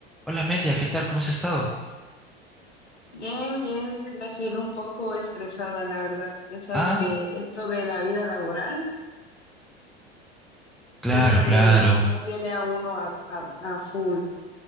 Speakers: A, in the centre; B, on the left (about 85°).
A: Hola Amelia, ¿qué tal? ¿Cómo has estado?
B: Bien, bien, Graciela, un poco estresada, la verdad. Ya sabes
A: Ah,
B: que esto de la vida laboral
A: claro,
B: siempre
A: claro.
B: lo tiene a uno a, a, a full.